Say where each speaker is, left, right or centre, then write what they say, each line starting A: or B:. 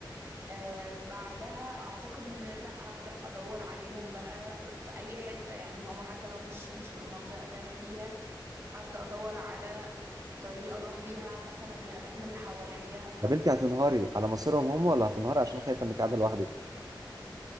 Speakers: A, on the right; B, on the right.
A: آه بعدها اعتقد ان لا هبدأ ادور عليهم بقى في اي حتة يعني هما حتى لو مش مش في المنطقة اللي انا فيها هبدأ ادور على طريقة اروح بيها مثلا الاماكن اللي حواليا
B: طب انت هتنهاري على مصيرهم هم ولا هتنهاري عشان خايفه انك قاعده لوحدك